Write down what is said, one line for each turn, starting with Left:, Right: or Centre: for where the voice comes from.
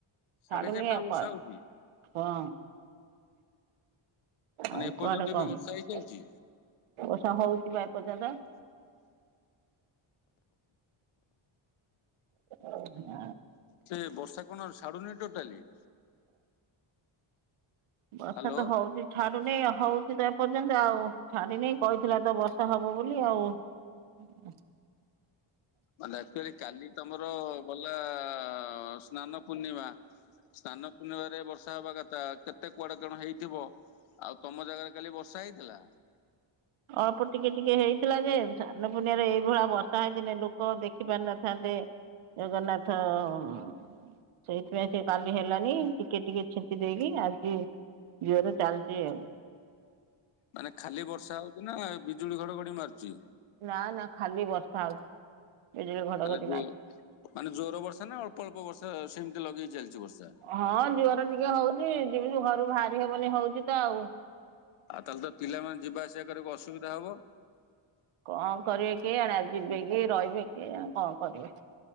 Left: ସାଢେ
Right: ଛାଡ଼ୁନି
Left: ଚାରିଟାରୁ
Right: ଆଉ
Left: ବର୍ଷା
Right: କଣ
Left: ହଉଛି
Right: ହଁ
Left: ମାନେ
Right: ଆଉ
Left: ଏପର୍ଯ୍ୟନ୍ତ
Right: କୁଆଡ଼େ କଣ
Left: ବି ବର୍ଷା ହେଇ ଚାଲିଛି।
Right: ବର୍ଷା ହଉଚି ପା ଏ ପର୍ଯ୍ୟନ୍ତ। ଓ ହ <inaudible>
Left: ସେ ବର୍ଷା କଣ ଛାଡ଼ୁନି ଟୋଟାଲି?
Right: ବର୍ଷା
Left: ହ୍ୟାଲୋ।
Right: ତ ହଉଚି ଛ ଛାଡ଼ୁ ନେଇ ଅ ହଉଚି ତ ଏପର୍ଯ୍ୟନ୍ତ ଆଉ ଛାଡ଼ି ନେଇ କହିଥିଲା ତ ବର୍ଷା ହବ ବୋଲି ଆଉ। ହଁ <unintelligible>
Left: ମାନେ ଆକ୍ଚୁଆଲି କାଲି ତମର ଗଲା ଆ ଆ ଆ ସ ସ୍ନାନ ପୂର୍ଣ୍ଣିମା ସ୍ନାନ ପୂର୍ଣ୍ଣିମାରେ ବର୍ଷା ହେବା କଥା କେତେ କୁଆଡ଼େ କଣ ହେଇଥିବ। ଆଉ ତମ ଜାଗାରେ କାଲି ବର୍ଷା ହେଇଥିଲା?
Right: ଅଳ୍ପ ଟିକେ ଟିକେ ହେଇଥିଲା ଯେ ସ୍ନାନ ପୁର୍ଣିମାରେ ଏଇଭଳିଆ ବର୍ଷା ହେଇଥିନେ ଲୋକ ଦେଖି ପାରିନଥାନ୍ତେ। ଜଗନ୍ନାଥ ଅ ଅ ଉଁ ସେଇଥିପାଇଁ ସେ କାଲି ହେଲାନେଇ ଟିକେ ଟିକେ ଛି ଞ୍ଚି ଦେଇକି ଆଜି ଜୋରରେ ଚାଲଚି ଆଉ।
Left: ମାନେ ଖାଲି ବର୍ଷା ହଉଚି ନା ବିଜୁଳି ଘଡ଼ ଘଡ଼ି ମାରୁଚି?
Right: ନା ନା ଖାଲି ବର୍ଷା ହଉଚି ବିଜୁଳି ଘଡ଼ଘଡ଼ି
Left: ତାହେଲେ ଯୋ
Right: ନାଇଁ।
Left: ମାନେ ଜୋର ବର୍ଷା ନା ଅଳ୍ପ ଅଳ୍ପ ବର୍ଷା ସେମତି ଲଗେଇ ଚାଲଚି ବର୍ଷା।
Right: ହଁ ଜୁଅର ଟିକେ ହଉ ଚି ଯିମିତି ଘରୁ ବାହାରି ହେବନି ହଉଚି ତ ଆଉ।
Left: ଆଉ ତାହାଲେ ତ ପିଲାମାନେ ଯିବା ଆସିବା କରିବାକୁ ଅସୁବିଧା ହବ?
Right: କଣ କରିବେ କେଜାଣି ଆଜି ଯିବେ କି ରହିବେ କେଜାଣି କଣ କରିବେ।